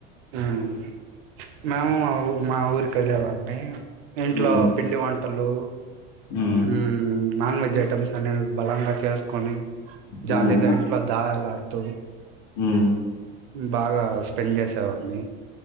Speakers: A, on the right; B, on the left.
A: ఆమ్ మేము మా మాఊర్ కెల్లేవన్నీ టైం ఇంట్లో
B: మ్మ్
A: పిండి వం టలు
B: మ్మ్
A: ఉమ్ నాన్ వెజ్ ఐటమ్స్ అనేవి బలంగా చేసుకొని జాలీగా
B: మ్మ్
A: ఇంట్లో దాయలా తరు
B: మ్మ్
A: బాగా స్పెండ్ చేసేవాడిని